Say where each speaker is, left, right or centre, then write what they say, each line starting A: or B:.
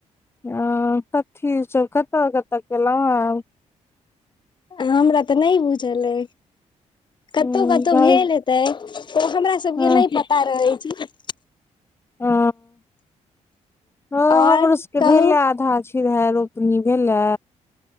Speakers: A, on the left; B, on the left.
A: आ कथी छ कतऽ कतऽ केलहुँ ह
B: हमरा तऽ नहि बुझल अ कतहु
A: हुं
B: कतहु भेल हेतै ओ हमरा सबके
A: हँ
B: नहि पता रहै छै
A: ह ह
B: आओर
A: हमरो सबके
B: कहू
A: भेले आधा छै फिर हा रोपनी भेलए